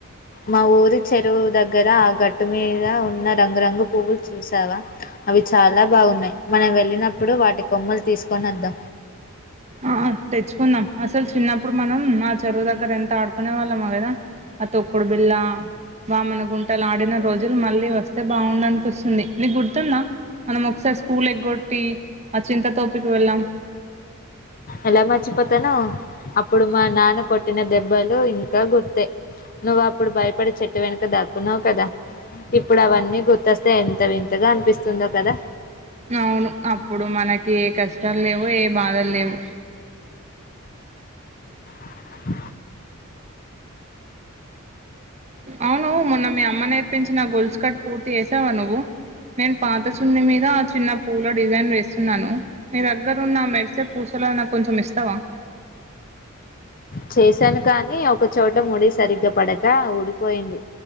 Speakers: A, on the left; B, on the right.
A: మా ఊరి చెరువు దగ్గర ఆ గట్టు మీద ఉన్న రంగురంగు పువ్వులు చూసావా, అవి చాలా బాగున్నాయి. మనం వెళ్ళినప్పుడు వాటి కొమ్మలు తీసుకొని వద్
B: ఆ తెచ్చుకున్నాం. అసలు చిన్నప్పుడు మనం మా చెరువు దగ్గర ఎంత ఆడుకు ఆడుకోనేవాళ్లమో కదా ఆ తొక్కుడు బిల్లా వామన గుంటలు ఆడిన రోజులు మళ్ళీ వస్తే బావుండనిపిస్తుంది. నీకు గుర్తున్న మనం ఒకసారి స్కూల్ ఎగ్గొట్ ఆ చింత తోపికి వెళ్ళాం.
A: ఎలా మర్చిపోతాను. అప్పుడు మా నాన్న కొట్టిన దెబ్బలు ఇంకా గుర్తె. నువ్వు అప్పుడు భయపడే చెట్టు వెనుక దాక్కున్నావు కదా. ఇప్పుడు అవన్నీ గుర్తొస్తే ఎంత వింతగా అనిపిస్తుందో కదా!
B: అవును అప్పుడు మనకి ఏ కష్టాలు లేవు. ఏ బాధలు లేవు.
A: ఆ
B: అవును మొన్న మీ అమ్మ నేర్పించిన గొల్సు కట్ పూర్తి చేసావా నువ్వు నేను పాత సున్ని మీద చిన్న పూవు లో డిజైన్ వేస్తున్నాను. మీ దగ్గర ఉన్న మెరిసేపు పూసలో నాకు కొంచెం ఇస్తావా.
A: చేశాను కానీ ఒకచోట ముడి సరిగ్గా పడక ఊడిపోయింది.